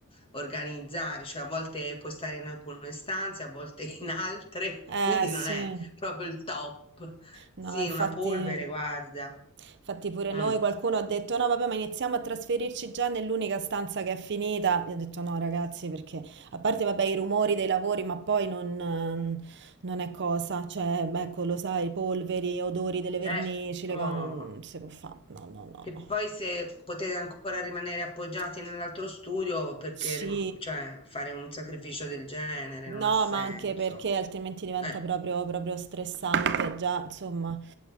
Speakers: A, on the left; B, on the right.
A: organizzare, cioè a volte puoi stare in alcune stanze, a volte in altre,
B: Eh
A: <laughs> quindi
B: sì.
A: non è proprio il top.
B: No,
A: Sì,
B: infatti,
A: una polvere, guarda.
B: infatti pure noi
A: Mm.
B: qualcuno ha detto no, vabbè, ma iniziamo a trasferirci già nell'unica stanza che è finita. Io ho detto no, ragazzi, perché a parte, vabbè, i rumori dei lavori, ma poi non, ehm, non è cosa. Cioè, beh, ecco, lo sai, polveri, odori delle vernici,
A: Eh,
B: le
A: oh.
B: cose, non si può fare. No, no, no,
A: Che
B: no.
A: poi se potete ancora rimanere appoggiati nell'altro studio, perché
B: Sì.
A: rim- cioè, fare un sacrificio del genere
B: No,
A: non ha senso.
B: ma anche perché altrimenti diventa
A: Eh,
B: proprio, proprio stressante, già, insomma,